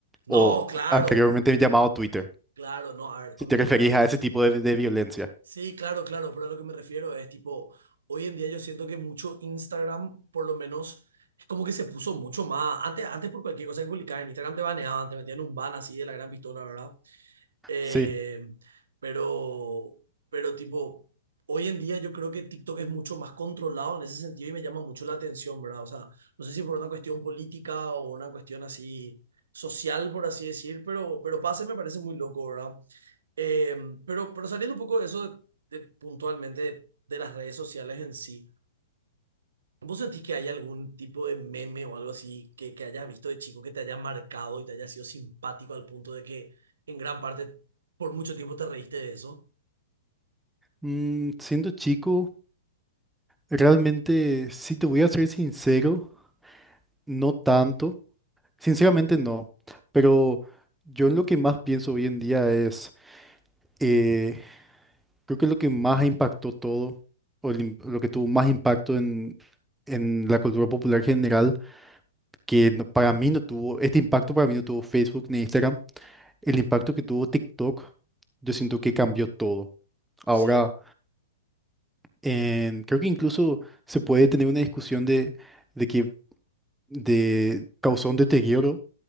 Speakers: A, in the centre; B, on the right (about 90°).
A: o
B: No, claro,
A: anteriormente llamado Twitter.
B: claro, no, a ver, convengamos
A: Si te referís
B: una cosa.
A: a ese tipo de, de violencia.
B: Sí, claro, claro, pero a lo que me refiero es tipo, hoy en día yo siento que mucho Instagram, por lo menos, es como que se puso mucho más. Antes, antes por cualquier cosa que publicaba en Instagram te baneaban, te metían un ban así de la gran pistola, ¿verdad? Eh,
A: Sí.
B: pero, pero tipo, hoy en día yo creo que TikTok es mucho más controlado en ese sentido y me llama mucho la atención, ¿verdad? O sea, no sé si por una cuestión política o una cuestión así social, por así decir, pero, pero pase me parece muy loco, ¿verdad? Eh, pero, pero saliendo un poco de eso de- de puntualmente de, de las redes sociales en sí, ¿Vos sentís que hay algún tipo de meme o algo así que, que hayas visto de chico que te haya marcado y te haya sido simpático al punto de que en gran parte por mucho tiempo te reíste de eso?
A: Mm, siendo chico, realmente, si te voy a ser sincero, no tanto. Sinceramente no. Pero yo en lo que más pienso hoy en día es, eh, creo que lo que más impactó todo, o el im- lo que tuvo más impacto en, en la cultura popular general, que no- para mí no tuvo, este impacto para mí no tuvo Facebook ni Instagram, el impacto que tuvo TikTok, yo siento que cambió todo. Ahora...
B: Sí,
A: en- creo que incluso se puede tener una discusión de, de que de, causó un deterioro